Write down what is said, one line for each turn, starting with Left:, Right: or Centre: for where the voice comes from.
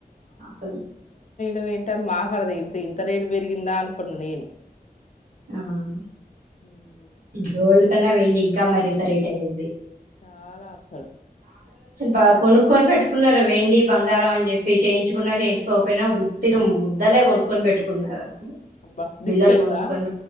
Right: అసలు.
Left: అవి ఏంటని మాగర్ద్ ఇంత ఇంత రేటు పెరిగిందా అనుకున్న నేను.
Right: హ్మ్
Left: ఉమ్,
Right: గోల్డ్. ఎ కన్నా వెేండి ఇంకా మరింత రేట్ అయ్యింది.
Left: చాలా అసలు.
Right: బాగా కొనుక్కొని పెట్టుకున్నారు. వెండి, బంగారం అని చెప్పి చేయించుకున్నా చేయించుకోకపోయినా ఉత్తిగా ముద్దలే కొనుక్కొని పెట్టుకున్నారు. అసలు
Left: అబ్బా బిస్కెట్సా.
Right: బిల్లలు కొనుక్కొని